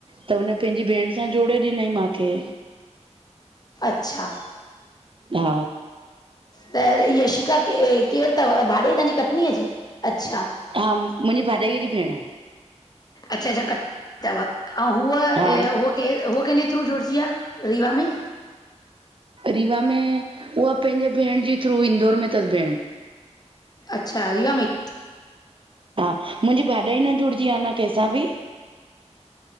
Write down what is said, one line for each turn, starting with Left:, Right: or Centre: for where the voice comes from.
Right: त हुन पंहिंजी भेण सां जोड़े ॾिनई माखे।
Left: अच्छा!
Right: हा
Left: त यशि का, केर तव भाॼाई तहांजी कटनीअ जी, अच्छा!
Right: हा! मुंजी, भाॼाईय जी भेंण।
Left: अच्छा-अच्छा, क तव ऐं हूअ अ
Right: हा
Left: हू केर हो कंहिंजे थ्रू जुड़जी आ रीवा में।
Right: रीवा में उहा पंहिंजे भेण जे थ्रू इ्ंदौर, में अथसि भेण।
Left: अच्छा रीवा में इ
Right: हा मुंहिंजी भाॼाई न जुड़िजी आ न कंहिंसां बि?